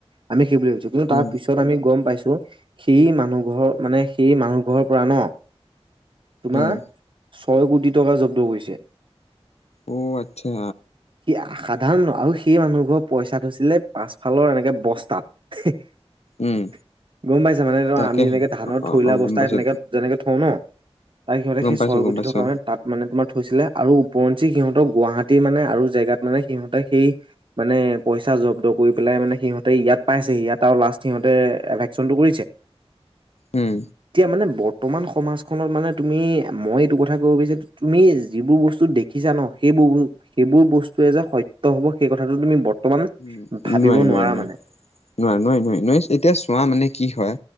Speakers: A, on the right; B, on the left.
A: আমি সেই বুলি যদিওঁ তাৰ
B: উম
A: পিছত আমি গম পাইছোঁ, সেই মানুহ ঘৰ মানে সেই মানুহ ঘৰৰ পৰা ন। তোমাৰ
B: উম
A: ছয় কোটি টকা জব্দ কৰিছে।
B: অ', আচ্ছা।
A: সি সাধাৰণ ন আৰু সেই মানুহ ঘৰ পইচা থৈছিলে পাছফালৰ এনেকে বস্তাঁত। <unintelligible>
B: উম
A: গম পাইছাঁ মানে <unintelligible>
B: তাকেহে
A: আমি যেনেকে ধানৰ
B: অ'
A: থৈলা
B: অ' গম
A: বস্তাঁ
B: পাইছো
A: তেনেকে যেনেকে হ, তাৰ সিহঁতে
B: গম
A: সেই
B: পাইছো
A: ছয়
B: গম
A: গুটি
B: পাইছো।
A: থকা মানে তাত মানে তোমাৰ থৈছিলে আৰু ওপৰঞ্চি সিহঁতক গুৱাহাটীৰ মানে আৰু জেগাঁত মানে সিহঁতে সেই মানে পইচা জব্দ কৰি পেলাই মানে সিহঁতে ইয়াত পাইছেহি। ইয়াত আৰু লাষ্ট সিহঁতে ভেকচনটো কৰিছে।
B: উম
A: এতিয়া মানে বৰ্ত বৰ্তমান সমাজখনত মানে তুমি মই এইটো কথা ক'ব বিচা <unintelligible> তুমি যিবোৰ বস্তু দেখিছা ন সেইবো <unintelligible> সেইবোৰ বস্তুৱে যে সত্য হ'ব সেই কথাটো তুমি বৰ্তমান
B: নোৱাৰি,
A: ভাবিব নোৱাৰা
B: নোৱাৰি, নোৱাৰি,
A: মানে।
B: নোৱাৰি, এতিয়া চোৱা মানে কি হয়